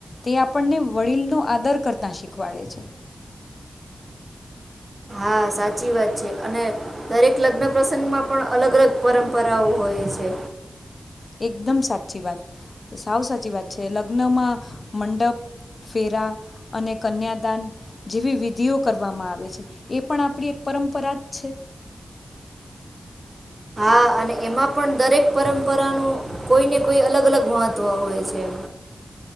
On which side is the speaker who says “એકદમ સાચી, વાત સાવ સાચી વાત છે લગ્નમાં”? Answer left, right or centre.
Left